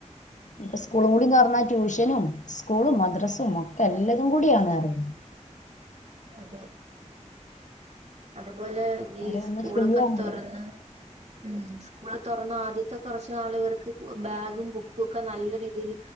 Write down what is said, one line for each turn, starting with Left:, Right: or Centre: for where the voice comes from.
Left: ഇപ്പ സ്കൂളും കൂടി തൊറന്നാ ട്യൂഷനും സ്കൂളും മദ്രസും ഒക്കെ എല്ലതും കൂടിയാണ് റ്യ
Right: അതെ അതുപോലെ
Left: അവര്
Right: ഈ സ്കൂളൊക്കെ
Left: ഒന്ന് ഫ്രീ ആണല്ലോ
Right: തൊറന്ന് ഉം സ്കൂൾ തുറന്ന് ആദ്യത്തെ കൊറച്ച് നാളവർക്ക് ബാഗും ബുക്കും ഒക്കെ നല്ല രീതിയിൽ